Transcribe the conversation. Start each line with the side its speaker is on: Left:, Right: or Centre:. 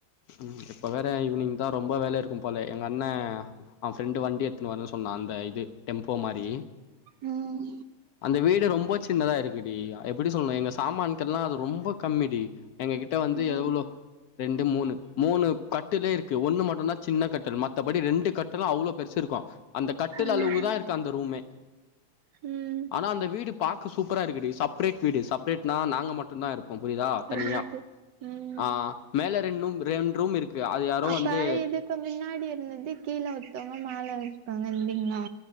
Left: ம் இப்ப வேற ஈவினிங் தா ரொம்ப வேல இருக்கும் போல எங்க அண்ண அவ ஃப்ரெண்டு வண்டி எடுத்துனு வரன் சொ ன்னா அந்த இது டெம்போ மாரி
Right: ம்
Left: அந்த வீடு ரொம்ப சின்னதா இருக்குடி எப்பிடி சொல்லுன்னு எங்க சாமான்கெல்லா அது ரொம்ப கம்மிடி எங்க கிட ட வந்து
Right: ம்
Left: எவ்ளோ ரெண்டு மூணு மூணு கட்டுலே இருக்கு ஒண்ணு மட்டுதா சின்ன கட்டுல் மத்தபடி ரெண்டு கட்டலு அவ்ளோ பெருசுருக்கு அந்த கட்டில்
Right: ம்
Left: அளவுக்கு தா இருக்க அந்த ரூமே
Right: ம்
Left: ஆனா அந்த வீடு பாக் க சூப்பரா இருக்குடி சப்ரேட் வீடு சப்ரேட்னா நாங்க மட் டு தா இருப்போ புரியுதா
Right: தெரியுது
Left: தனியா
Right: ம்
Left: ஆ மேல ரென்ட்ரூம் ரென்ட்ரூம் இருக்கு அது யாரோ
Right: அப்ப
Left: வந்து
Right: இதுக்கு முன்னாடி இருந்தது கீழே ஒருத்தவங்க மேலே ஒருத்தவங்க இருந்தீங்களா